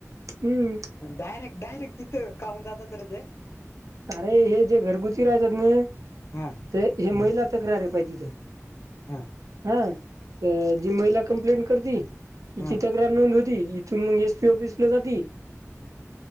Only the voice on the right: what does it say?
हम्म.
अरे हे जे घरगुती राहत्यात ना,
ते हे महिला तक्रारी पाहिजे तिथं
हा. जी महिला कंप्लेंट करती
तिची नोंद होती इथून मग एसपी ऑफिसला जाती.